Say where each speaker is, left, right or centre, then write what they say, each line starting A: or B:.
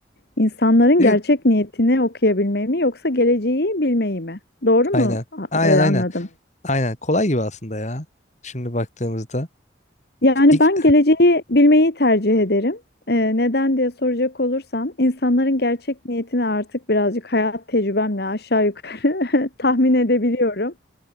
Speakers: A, on the left; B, on the left.
A: İnsanların
B: E,
A: gerçek niyetini okuyabilmeyi mi yoksa geleceği bilmeyi mi? Doğru mu
B: aynen.
A: a-
B: Aynen
A: e,
B: aynen.
A: anladım?
B: Aynen. Kolay gibi aslında ya. Şimdi baktığımızda.
A: Yani
B: İlk,
A: ben geleceği bilmeyi tercih ederim. Ee, neden diye soracak olursan, insanların gerçek niyetini artık birazcık hayat tecrübemle aşağı yukarı <laughs> tahmin edebiliyorum.